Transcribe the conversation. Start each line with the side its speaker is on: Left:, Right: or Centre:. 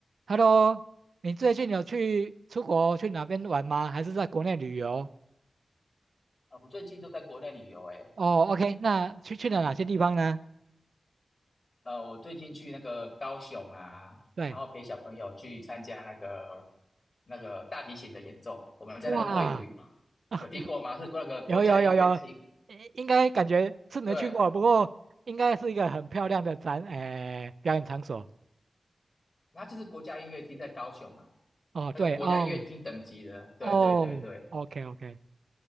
Right: Hello，你最近有去出国去哪边玩吗？还是在国内旅游？
Left: 啊，我最近都在国内旅游诶，
Right: 哦，OK，那去去了哪些地方呢？
Left: 呃，我最近去那个高雄啊，
Right: 对，
Left: 然后陪小朋友去参加那个那个大提琴的演奏，我们在那个魏武
Right: 哇，<laughs> 啊，
Left: 有听过吗？是那个国家音乐厅，
Right: 有有有有，应应该感觉是没去过，
Left: 对，
Right: 不过应该是一个很漂亮的展，诶、表演场所。
Left: 然就是国家音乐厅在高雄啊，
Right: 哦，对，
Left: 呃，国家音乐厅等级的，
Right: 哦
Left: 对对对对，
Right: 哦，OK OK，